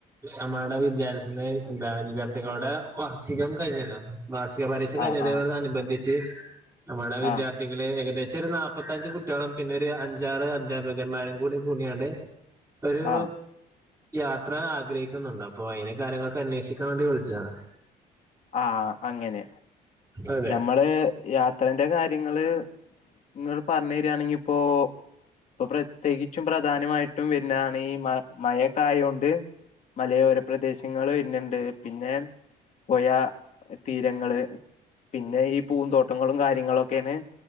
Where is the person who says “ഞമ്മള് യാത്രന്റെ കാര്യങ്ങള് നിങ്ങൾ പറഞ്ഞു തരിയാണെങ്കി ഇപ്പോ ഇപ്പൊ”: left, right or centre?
Left